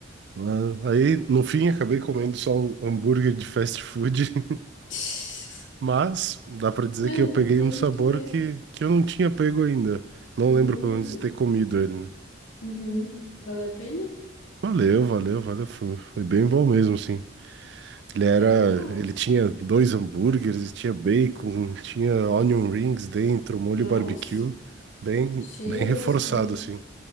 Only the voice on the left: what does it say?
<laughs>
Mano,
não
tem
muito erro.
Uhum.
Uhum. Valeu a pena?
Ah, legal.
Nossa,
cheia
das coisas.